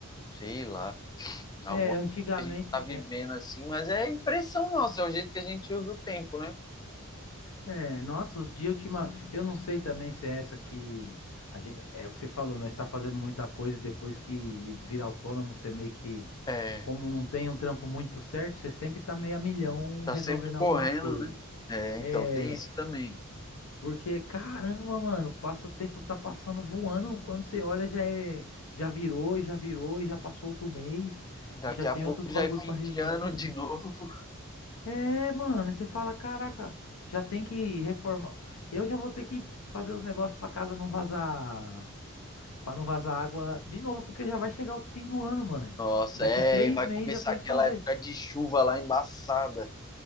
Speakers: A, on the left; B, on the left.
A: sei lá, alguma
B: É, antigamente.
A: coisa que a gente tá vivendo
B: É,
A: assim, mas é impressão nossa, é o jeito que a gente usa o tempo, né?
B: é, nossa, os dias ultima. Eu não sei também se é essa que. a gen- é o que você falou, nós está fazendo muita coisa e depois que vira autônomo, você meio que.
A: É,
B: Como não tem um trampo muito certo, você sempre tá meio a milhão
A: tá
B: resolvendo
A: sempre
B: alguma
A: correndo,
B: coisa.
A: né? É,
B: É,
A: então tem isso também.
B: Porque, caramba, mano, passa o tempo tá passando voando. Quando você olha, já é, já virou, já virou, e já passou outro mês
A: Daqui
B: e já tem
A: a pouco
B: outros
A: já
B: bagulho
A: é fim
B: pra resolver.
A: de ano de novo. <laughs>
B: É, mano, aí você fala, caraca, já tem que reformar. Eu já vou ter que fazer os negócios pra casa não vazar, Pra não vazar água de novo, porque já vai chegar o fim do ano, mano.
A: Nossa,
B: Daqui
A: é,
B: três
A: e vai
B: meses
A: começar
B: já tem
A: aquela
B: que fazer.
A: época de chuva lá embaçada.